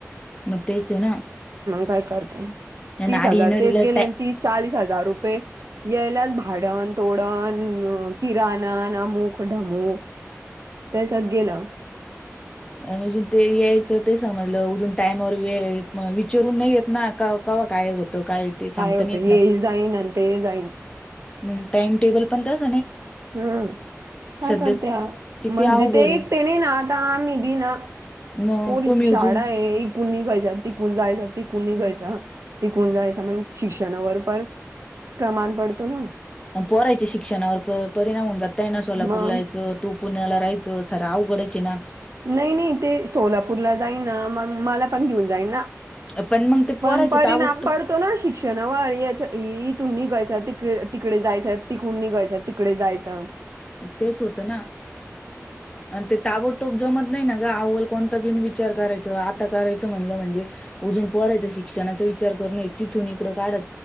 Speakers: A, on the left (about 20°); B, on the right (about 75°).
A: मत् यचे ना
B: काय
A: आणि
B: तीस
A: आडी
B: हजार
A: नडीला
B: तेच गे
A: टा
B: त चास हजार रुपये यायलाच भाडन तोडण किराणा अमुक ढमुूक त्याच्यात गेला
A: आणि अजून ते यायचं ते समजलं अजून टाईमवर वेळ विचारून नाही येत ना का कावा काय होत त काय ते सांगता
B: होतं
A: नाही
B: ये
A: ना
B: जाईन आणि ते जाईन.
A: ग टाइम टेबल पण तस
B: हम काय
A: सध्याच
B: करत्या
A: किती
B: म्हणजे
A: अवघड
B: ते
A: आहे
B: एक ते नाही ना आ आतामही बी ना
A: मग
B: पोरी
A: तुम्ही
B: शाळा
A: अजून
B: ये इिकून निघाच्याात तिकून जायात तिकून निघायच तिकून जायच मग शिक्षणावर पण प्रमाण पडतो ना
A: पोरांना याचे शिक्षणावर परिणाम होऊन जातय ना सोलापूर
B: मग
A: ला यायचं तू पुण्याला प्राच सर आवघड चि ना
B: नाही नाही ते सोलापूरला जाई ना म मला पण घेऊन जाईन ना
A: पण मग ते पोरायचं
B: पणतरी
A: ताबडतोब
B: ना पडतो ना शिक्षणावर याच्या ह तु गच तिकडे तिकडे जायचं तिकुून निघायच्या तिकडे जायचं
A: तेच होत ना आणि ते ताबोटोब जम नाही ना ग आवल कोणता पिन विचार करायचं आता करायचं म्हणलं म्हणजे अजून पडायचं शिक्षणाच विचार कर नाही तिथून इकडं काढा